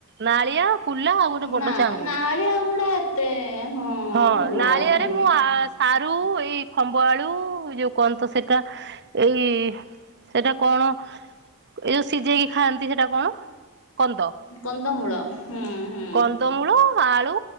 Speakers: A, on the right; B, on the left.
A: ନାଳିଆ। କୁଲା ଆଉ ଗୋଟେ ବଡ
B: ନା
A: ଚାଙ୍ଗୁଡି।
B: ନାଳିଆ ଗୁଡା ଏତେ
A: ହଁ
B: ଭଲ
A: ନାଳିଆରେ
B: ହୁଏନି।
A: ମୁଁ ସାରୁ ଏଇ ଖମ୍ବ ଆଳୁ, ଯୋଉ କଣ ତ ସେଇଟା, ଏଇ ସେଇଟା କଣ, ଏଇ ଯୋଉ ସିଝେଇକି ଖାଆନ୍ତି ସେଟା କଣ? କନ୍ଦ।
B: କନ୍ଦମୂଳ ହୁଁ ହୁଁ
A: କନ୍ଦମୂଳ, ଆଳୁ